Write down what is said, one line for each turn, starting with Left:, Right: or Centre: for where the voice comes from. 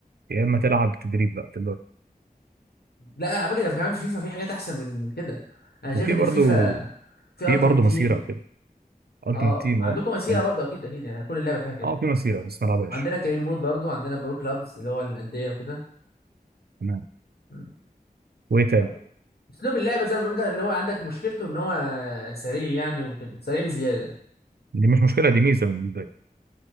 Right: يا إما تلعب تدريب بقى تبدأ
Left: لا على فكره كمان في فيفا في حاجات احسن من كده انا شايف
Right: وفي
Left: ان
Right: برضو
Left: فيفا في
Right: في
Left: التيمت
Right: برضو
Left: تيم
Right: مسيرة وكده التيمت
Left: اه
Right: تيم
Left: عندكم
Right: اه
Left: مسيرة
Right: حلو
Left: برضو اكيد اكيد يعني كل اللعبة فيها كده
Right: اه في مسيرة بس ما لعبهاش
Left: وعندنا كارين مود برضو عندنا برو كلابز اللي هو الأندية وكده
Right: تمام
Left: مم.
Right: وايه تاني
Left: طيب اسلوب اللعبة زي ما قلت اللي هو عندك مشكلته ان هو سريع يعني وكده سريع بزيادة
Right: دي مش مشكلة دي ميزة بالنسبة لي